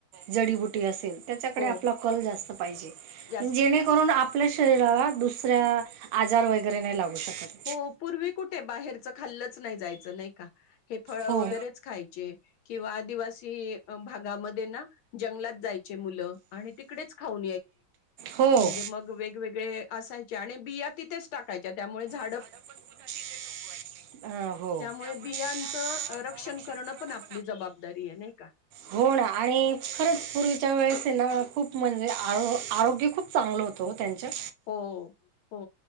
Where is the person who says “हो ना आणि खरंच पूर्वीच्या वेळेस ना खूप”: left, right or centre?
Right